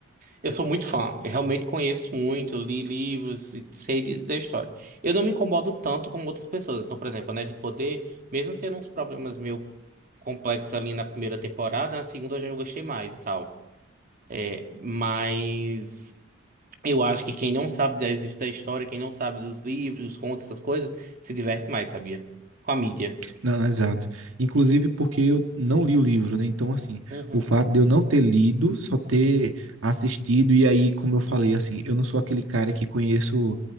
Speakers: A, on the right; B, on the right.
A: eu sou muito fã, eu realmente conheço muito, li livros e sei de- da história. Eu não me incomodo tanto como outras pessoas. Então, por exemplo, Anéis de Poder, mesmo tendo uns problemas meio complexos ali na primeira temporada, na segunda eu já gostei mais e tal. É, mas eu acho que quem não sabe da, da história, quem não sabe dos livros, dos contos, essas coisas, se diverte mais, sabia? Com a mídia.
B: Não, exato. Inclusive porque eu não li o livro, né? Então, assim,
A: Uhum.
B: o fato de eu não ter lido, só ter assistido, e aí, como eu falei, assim, eu não sou aquele cara que conheço